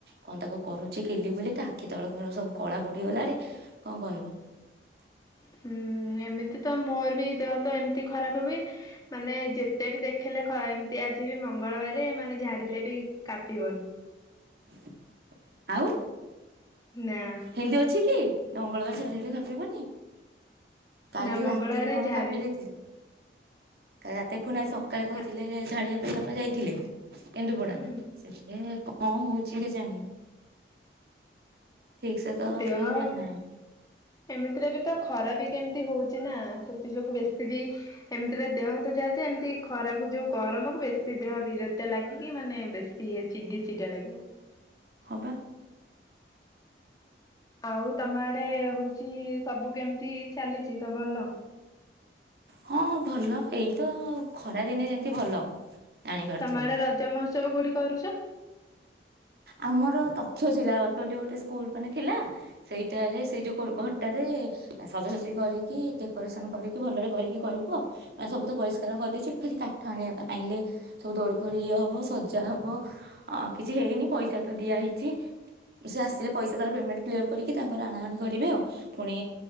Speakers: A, on the right; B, on the left.
A: କଣ ତାକୁ କରୁଛି କିଲି ବିଲି ତା ଆଖି ତଳ ଫଳ ସବୁ କଳା ପଡିଗଲାଣି କଣ କହିବ। <inaudible>
B: ହୁଁ ଏମିତି ତ ମୋର ବି ଦେହ ତ ଏମିତି ଖରାପ ହୁଏ ମାନେ ଯେ ତେ ବି ଦେଖେଇଲେ ଏମ୍ତି ଆଜି ବି ମଙ୍ଗଳବାରେ ମାନେ ଝାଡ଼ିଲେ ବି କାପିବନି।
A: <inaudible> ଆଉ
B: ନା।
A: ହେନ୍ତି ଅଛି କି ମଙ୍ଗଳବ ଝରିଲେ କାପିବନି। କାଲି
B: ନା ମଙ୍ଗଳବାରେ
A: ରାତିରେ କଣ
B: ଝାଡିଲେ
A: କାପି ଦେଇଥିଲେ। କା ରାତି ଫୁଣି ଆ ସକାଳେ କହିଥିଲେ
B: ଆ
A: ଝାଡିବା ପାଇଁ ବାପା ଯାଇଥିଲେ କେନ୍ଦୁପଡା
B: ହୁଁ
A: ସେ ଏ କଣ ହଉଛି କେ ଜାଣି? ଠିକ ସେ ତ
B: ଦେହ
A: କେହି ଜାଣି ନା ହେଲେ।
B: ଏମିତିରେ ବି ତ ଖରା ବି କେମତି ହଉଛି ନା ସେଥି ଯୋଗୁ ବେଶୀ ବି ଏମିତି ତରେ ଦେହ ତ ଯାହା ଯା ଏମିତି ଖରାକୁ ଯୋଉ ଗରମକୁ ବେଶୀ ଦେହ ବିରକ୍ତିଆ ଲାଗିକି ମାନେ ବେଶୀ ସିଏ ଚିଡି ଚିଡା ଲାଗିବ।
A: ହଁ ବା।
B: ଆଉ ତମ ଆଡେ ହଉଛି ସବୁ କେମିତି ଚାଲିଛି ତ ଭଲ।
A: ହଁ ଭଲ ଏଇତ ଖରା ଦିନେ ଯେମିତି ଭଲ ଜାଣିପାରୁଥିବୁ।
B: ତମ ଆଡେ ରଜ ମହୋତ୍ସବ କୋଉଠି କରୁଚ।
A: ଆମର ତଥ୍ୟଶିଳା ବୋଲି ଗୋଟେ ସ୍କୁଲ ମାନେ ଥିଲା ସେଇଟାରେ ସେଇ ଯୋଉ କୋ ଘରଟାରେ ସଜାସଜି କରିକି ଡେକୋରେସନ କରିକି ଭଲରେ କରିକି କିରିବୁ ଆଉ ଅ ସବୁ ତ ପରିଷ୍କାର କରିଦେଇଛି ଖାଲି କାଠ ଆଣିବା ପାଇଁ ଆଣିଲେ ସବୁ ଦୋଳି ଫୋଳି ଇଏ ହବ ସଜା ହବ ଆ କିଛି ହେଇନି ପଇସା ତ ଦିଆ ହେଇଚି ସେ ଆସିଲେ ପଇସା ତାର ପେମଣ୍ଟ କ୍ଲିୟର କରିକି ତାଙ୍କର ଆଣାଉଣି କରିବେ ଆଉ। ପୁଣି